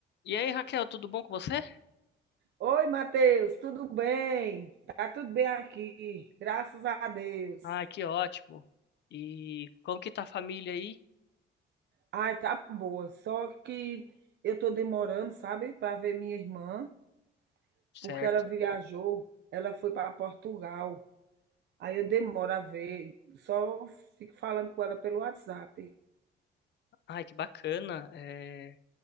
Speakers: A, on the left (about 60°); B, on the right (about 60°).
A: E aí, Raquel, tudo bom com você?
B: Oi, Matheus, tudo bem? Tá tudo bem aqui, graças a Deus.
A: Ai, que ótimo. E como que tá a família aí?
B: Ai, tá boa, só que eu tô demorando, sabe, para ver minha irmã,
A: Certo.
B: porque ela viajou, ela foi para Portugal. Aí eu demoro a ver, só fico falando com ela pelo WhatsApp.
A: Ai, que bacana. É,